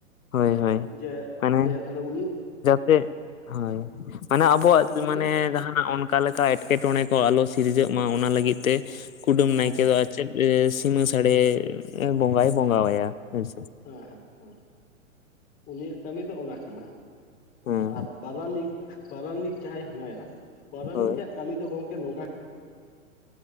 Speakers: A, on the left (about 75°); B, on the left (about 20°).
A: ᱦᱳᱭ ᱦᱳᱭ
B: ᱡᱮ
A: ᱢᱟᱱᱮ
B: ᱡᱮ ᱛᱟᱦᱞᱮ ᱩᱱᱤ
A: ᱦᱳᱭ ᱢᱟᱱᱮ ᱟᱵᱚᱣᱟᱜ
B: ᱦᱮᱸ ᱞᱟᱹᱭ
A: ᱢᱟᱱᱮ
B: ᱢᱮ
A: ᱡᱟᱦᱟᱱᱟᱜ ᱚᱱ ᱠᱟ ᱞᱮᱠᱟ ᱮᱴᱠᱮᱴᱚᱬᱮ ᱠᱚ ᱟᱞᱚ ᱥᱤᱨᱡᱟᱹᱜ ᱢᱟ ᱚᱱᱟ ᱞᱟᱹᱜᱤᱫ ᱛᱮ ᱠᱩᱰᱟᱹᱢ
B: ᱦᱮᱸ
A: ᱱᱟᱭᱠᱮ
B: ᱦᱮᱸ
A: ᱫᱚ ᱟᱨ ᱪᱮᱫ ᱡᱮ ᱥᱤᱢᱟᱹ ᱥᱟᱲᱮ ᱵᱚᱸᱜᱟᱭ
B: ᱦᱮᱸ
A: ᱵᱚᱸᱜᱟᱣᱟᱭᱟ ᱦᱮᱸᱥᱮ᱾
B: ᱦᱮᱸ ᱦᱮᱸ ᱦᱮᱸ ᱩᱱᱤᱭᱟᱜ ᱠᱟᱹᱢᱤ ᱫᱚ ᱚᱱᱟ ᱠᱟᱱᱟ᱾
A: ᱦᱮᱸ
B: ᱟᱨ ᱯᱟᱨᱟᱱᱤᱠ ᱯᱟᱨᱟᱱᱤᱠ ᱡᱟᱦᱟᱸᱭ ᱦᱮᱱᱟᱭᱟ ᱯᱟᱨᱟᱱᱤᱠᱟᱜ
A: ᱦᱳᱭ
B: ᱠᱟᱹᱢᱤ ᱫᱚ ᱜᱚᱝᱠᱮ ᱱᱚᱝᱠᱟ